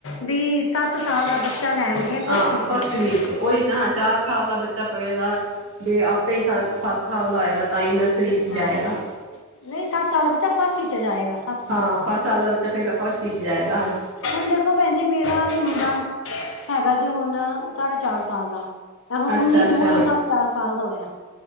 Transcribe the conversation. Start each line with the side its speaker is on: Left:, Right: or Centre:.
Left: ਬੀ ਸੱਤ ਸਾਲ ਦਾ ਬੱਚਾ- ਲੈਣਗੇ
Right: ਹਾਂ
Left: ਟੀਚਰ
Right: ਫਸਟ ਵੀਕ ਚ ਉਹੀ ਨਾ ਚਾਰ ਸਾਲ ਦਾ ਬੱਚਾ ਪਵੇਗਾ ਜੇ ਆਪ- ਸੱਤ ਸਾਲ ਦਾ ਹੋਏਗਾ ਤਾਂ ਹੀ ਨਰਸਰੀ ਜਾਏਗਾ।
Left: ਹਾਂ ਨਹੀਂ ਸੱਤ ਸਾਲ ਦਾ ਬੱਚਾ ਫਸਟ ਇਚ ਜਾਏਗਾ ਸੱਤ ਸਾਲ
Right: ਹਾਂ
Left: ਦਾ
Right: ਫਸਟ ਸਾਲ ਬੱਚਾ ਫਿਰ ਫਸਟ ਵਿੱਚ ਜਾਏਗਾ
Left: ਹਾਂ ਹੁਣ ਦੇਖੋ ਪੈਣਜੀ ਮੇਰਾ ਵੀ ਮੁੰਡਾ- ਹੈਗਾ ਜੇ ਹੁਣ ਸਾਢੇ ਚਾਰ ਸਾਲ ਦਾ ਮ ਹੁਣ
Right: ਅੱਛਾ
Left: ਉੱਨੀ
Right: ਅੱਛਾ
Left: ਜੂਨ ਨੂੰ ਸਾਡੇ ਚਾਰ ਸਾਲ ਦਾ ਹੋਇਆ